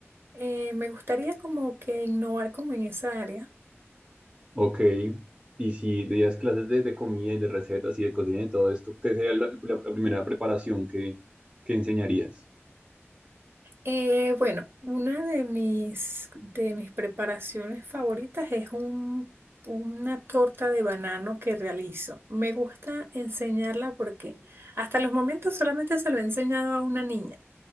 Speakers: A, on the right (about 55°); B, on the right (about 20°).
A: Eh, me gustaría como que innovar como en esa área.
B: Ok. Y si días clases de, de comida y de recetas y de cocina y todo esto, ¿qué sería la, la- primera preparación que, que enseñarías?
A: Eh, bueno, una de mis, de mis preparaciones favoritas es un, una torta de banano que realizo. Me gusta enseñarla porque hasta los momentos solamente se lo he enseñado a una niña,